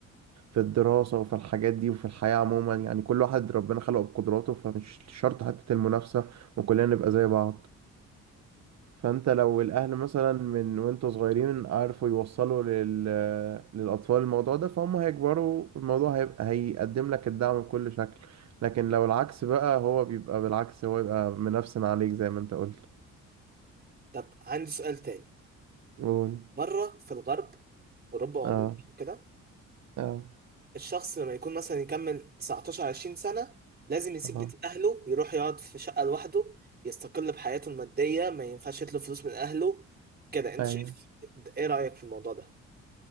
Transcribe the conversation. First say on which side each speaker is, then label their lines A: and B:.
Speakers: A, on the right (about 60°); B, on the right (about 30°).
A: في الدراسه وفي الحاجات دي وفي الحياه عموما يعني كل واحد ربنا خلقه بقدراته فمش شرط حته المنافسه وكلنا نبقى زي بعض فانت لو الاهل مثلا من وانتوا صغيرين عارفوا يوصلوا لل... للاطفال الموضوع ده فهم هيكبروا الموضوع هيبقى هيقدم لك الدعم بكل شكل لكن لو العكس بقى هو بيبقى بالعكس هو يبقى منفسن عليك زي ما انت قلت
B: طب عندي سؤال تاني
A: قول
B: مرة في الغرب أوروبا وأمريكا
A: اه
B: كده
A: اه
B: الشخص لما يكون مثلا يكمل 19 20 سنة لازم يسيب
A: اه
B: بيت أهله يروح يقعد في شقة لوحده يستقل بحياته المادية ما ينفعش يطلب فلوس من أهله كده أنت
A: ايوه
B: شايف إيه رأيك في الموضوع ده؟